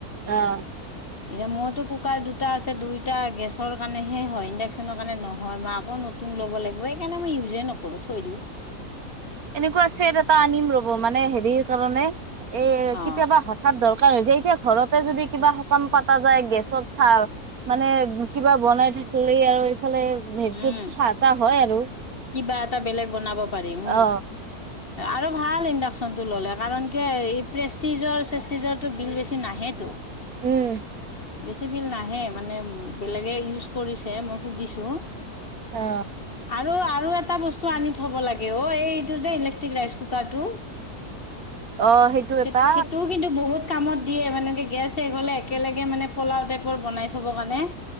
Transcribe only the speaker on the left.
এতিয়া মইতো কুকাৰ দুটা আছে দুইোটা গেছৰ কাৰণেহে হয় ইণ্ডাকশ্যনৰ কাৰণে নহয় মাক আক নতুন লব লাগিব সেইণ উজএ নকৰো থৈ দিওঁ
অ
উম
কিবা এটা বেলেগ বনাব পাৰিম
আৰু ভাল ইণ্ডাকচনটো ললে কাৰণ কি এই প্ৰেষ্টিজৰ চেজতীজৰটো বিল বেছি নাহেতো
বেছি বিল নাহে মানে বেলেগে ইউজ কৰিছে মই সুধিছোঁ
আৰু আৰু এটা ত আনি থব লাগে ও এইটো যে ইলেক্ট্ৰিক ৰাইচ কুক কাটো
স সেইটোও কিন্তু বহুত কামত দিয়ে মানে গেছ শেষ হলে একেলগে মানে পলাও টাইপৰ বনাই থব কাৰণে